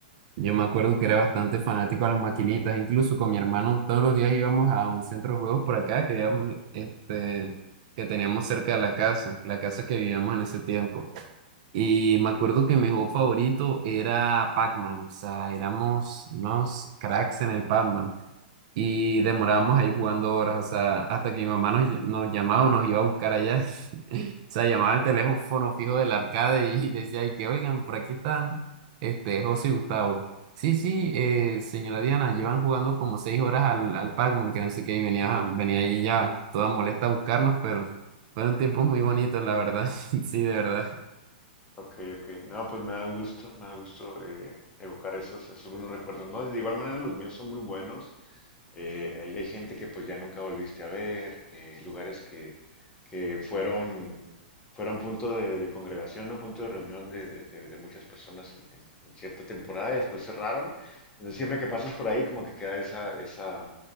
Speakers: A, on the right; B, on the left.
A: yo me acuerdo que era bastante fanático a las maquinitas, incluso con mi hermano todos los días íbamos a un centro de juegos por acá que, habíamos, este, que teníamos cerca de la casa, la casa que vivíamos en ese tiempo. Y me acuerdo que mi juego favorito era Pac-Man, o sea, éramos unos cracks en el Pac-Man y demorábamos ahí jugando horas, o sea, hasta que mi mamá nos, ll- nos llamaba o nos iba a buscar allá, <laughs> o sea, llamaba al teléfono fijo del arcade y <laughs> decía, y que oigan, por aquí están, este, José y Gustavo. Sí, sí, eh, señora Diana, llevan jugando como seis horas al, al Pac-Man, que no sé qué, y venía, venía ahí ya toda molesta a buscarnos, pero fueron tiempos muy bonitos, la verdad, <laughs> sí, de verdad.
B: Ok, ok. No, pues me da gusto, me da gusto eh, evocar esos, esos buenos recuerdos, ¿no? De igual manera los míos son muy buenos. eh, hay, hay gente que pues ya nunca volviste a ver, eh, lugares que, que fueron, fueron punto de, de congregación o punto de reunión de, de- de- de muchas personas en, en- en cierta temporada y después cerraron. Entonces siempre que pasas por ahí como que queda esa, esa,